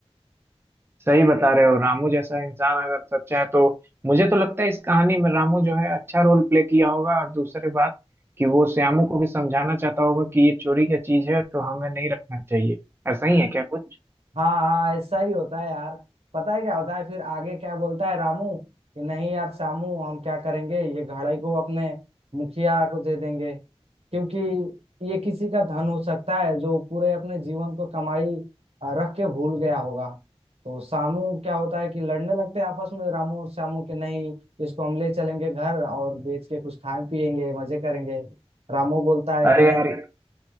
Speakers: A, on the right; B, on the right.
A: सही बता रहे हो रामू जैसा इंसान अगर सच्चा है तो मुझे तो लगता है इस कहानी में रामू जो है अच्छा रोल प्ले किया होगा और दूसरी बात कि वो श्यामू को भी समझाना चाहता होगा कि ये चोरी का चीज है तो हमें नहीं रखना चाहिए ऐसा ही है क्या कुछ
B: हाँ हाँ ऐसा ही होता है यार पता है क्या होता है फिर आगे क्या बोलता है रामू कि नहीं यार श्यामू हम क्या करेंगे ये घड़े को अपने मुखिया को दे देंगे क्योंकि ये किसी का धन हो सकता है जो पूरे अपने जीवन को कमाई अ, रख के भूल गया होगा तो श्यामू क्या होता है कि लड़ने लगते हैं आपस में रामू और श्यामू के नहीं इसको हम ले चलेंगे घर और बेच के कुछ खाएं पिएंगे मजे करेंगे रामू बोलता है
A: अरे
B: कि नहीं
A: यार